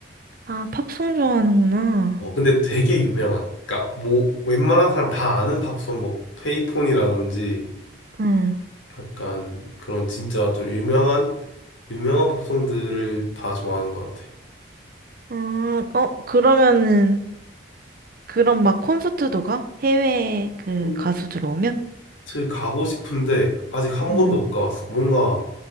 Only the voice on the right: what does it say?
아, 팝송 좋아하는구나.
응.
음, 어, 그러면은, 그럼 막 콘서트도 가? 해외 그
가수들 오면?
음.